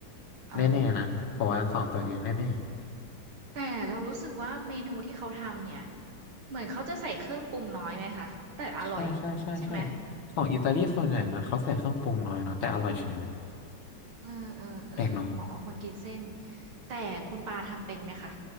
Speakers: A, on the right; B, on the left.
A: อ๋อ
B: แน่ๆนะเพราะว่าสองตัวเนี้ยแน่
A: แต่เรารู้สึกว่าเมนูที่เขาทำเนี่ยเหมือนเขาจะใส่เครื่องปรุงน้อยไหมคะแต่อร่อย
B: ๆใช่ใช่ใช่ใช่
A: ใช่ไหม
B: ของอิตาลีส่วนใหญ่มันเขาใส่เครื่องปรุงน้อยเนาะแต่อร่อยเฉยเลย
A: อืมเออเออเออเหมาะกับคนกินเส้น
B: แปลกเนาะ
A: แต่คุณปาทำเป็นไหมคะ